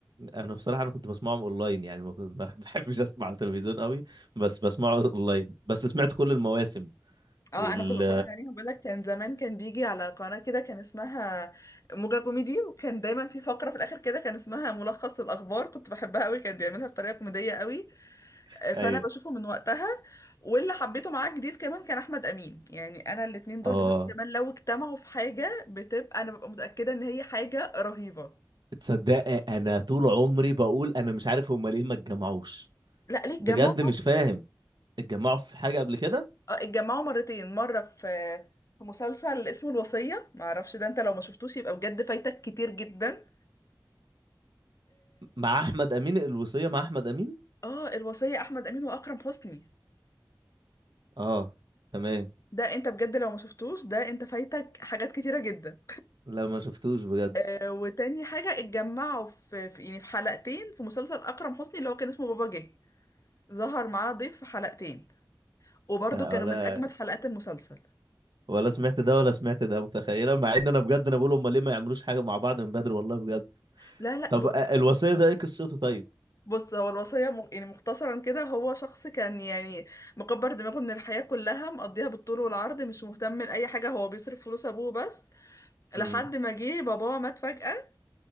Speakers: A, on the right; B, on the left.
A: انا بصراحه انا كنت بسمعهم اونلاين يعني ما كنت- ما بحبش اسمع على التلفزيون قوي بس بسمعه اونلاين بس سمعت كل المواسم
B: اه
A: وال
B: انا كنت بتفرج عليهم بقول لك كان زمان كان بيجي على قناة كده كان اسمها موجة كوميدي وكان دايما في فقرة في الاخر كده كان اسمها ملخص الاخبار كنت بحبها قوي كان بيعملها بطريقة كوميدية قوي
A: <laughs>
B: آه، فانا
A: ايوه
B: بشوفه من وقتها واللي حبيته معاه جديد كمان كان احمد امين يعني انا الاتنين دول
A: اه
B: بالذات كمان لو اجتمعوا في حاجة بتبقى انا ببقى متأكدة ان هي حاجة رهيبة
A: تصدق انا طول عمري بقول انا مش عارف هما ليه ما اتجمعوش
B: لا ليه
A: بجد
B: اتجمعوا
A: مش فاهم اتجمعوا في حاجة قبل كده
B: آه، اتجمعوا مرتين مرة في في مسلسل اسمه الوصية معرفش ده انت لو ما شفتوش يبقى بجد فايتك كتير جدا
A: مع احمد امين الوصية مع احمد امين
B: اه الوصية احمد امين واكرم حسني
A: اه تمام
B: ده انت بجد لو ما شفتوش ده انت فايتك حاجات كتيرة جدا
A: لا ما شفتوش بجد
B: آه وتاني حاجة اتجمعوا في, في يعني في حلقتين في مسلسل اكرم حسني اللي هو كان اسمه بابا جه ظهر معاه ضيف في حلقتين وبرضه
A: لا،
B: كانوا
A: ولا
B: من اجمد حلقات المسلسل
A: ولا سمعت ده ولا سمعت ده متخيلة مع ان انا بجد انا بقول هما ليه ما يعملوش حاجة مع بعض من بدري والله بجد
B: لا لا
A: طب
B: بص
A: آه، الوصية ده ايه قصته طيب
B: بص هو الوصية م- يعني مختصرا كده هو شخص كان يعني مكبر دماغه من الحياة كلها مقضيها بالطول والعرض مش مهتم لأي حاجة هو بيصرف فلوس أبوه بس لحد
A: امم
B: ما جه باباه مات فجأة